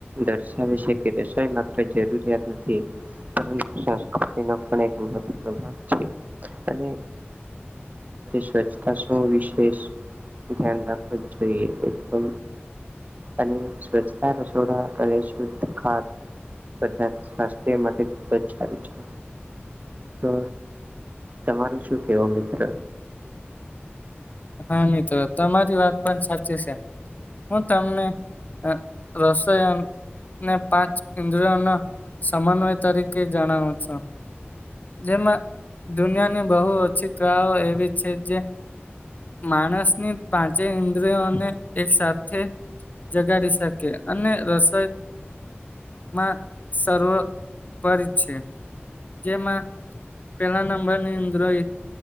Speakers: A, on the right (about 40°); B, on the left (about 40°).
A: દર્શાવે છે કે રસોઈ માત્ર જરૂરિયાત નથી પરુ સંસ્કૃતિ ન પણ એક મહત્વનો ભાગ છે અને સ્વચ્છતા શું વિશેષ ધ્યાન રાખવું જ જોઈએ એ તો અને સ્વચ્છતા રસોડા અને શુદ્ધ ખાત બધા સ્વાસ્થ્ય માટે ખૂબ જ સારું છે તો તમારું શું કેવું મિત્ર
B: હા મિત્રો તમારી વાત પણ સાચી છે હું તમને હ રસાયન ને પાંચ ઇન્દ્રિયોના સમન્વય તરીકે જણાવો છો જેમાં દુનિયાની બહુ ઓછી કલાઓ એવી છે જે માણસની પાંચે ઇન્દ્રિયોને એક સાથે જગાડી શકે અને રસોઈ માં સર્વપર છે જેમાં પેલા નંબરની અંદરી